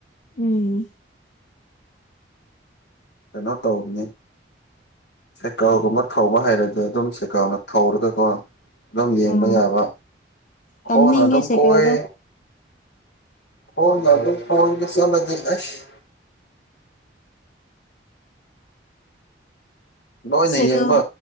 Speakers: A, on the left; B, on the left.
A: ꯎꯝ
B: ꯀꯩꯅꯣ ꯇꯧꯕꯅꯤ ꯁꯦꯀꯥꯎꯒꯨꯝꯕ ꯊꯧꯕ ꯍꯥꯏꯩꯔꯁꯨ ꯑꯗꯨꯝ ꯁꯦꯀꯥꯎꯅ ꯊꯧꯔꯒꯀꯣ ꯑꯗꯨꯝ ꯌꯦꯡꯕ
A: ꯑꯥ
B: ꯌꯥꯕ
A: ꯇꯝꯅꯤꯡꯉꯦ
B: ꯍꯣꯡꯅ ꯑꯗꯨꯝ
A: ꯁꯥꯏꯀꯜꯗꯣ
B: ꯀꯣꯏ ꯍꯗ ꯐꯗ ꯆꯂꯁ ꯂꯣꯏꯅ
A: ꯁꯥꯏꯀꯜ
B: ꯌꯦꯡꯕ